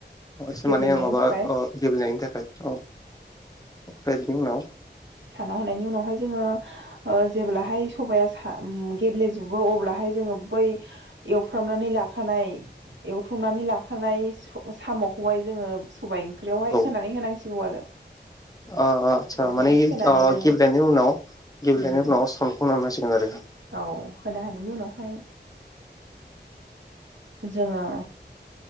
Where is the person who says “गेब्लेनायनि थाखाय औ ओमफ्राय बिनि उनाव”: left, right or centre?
Left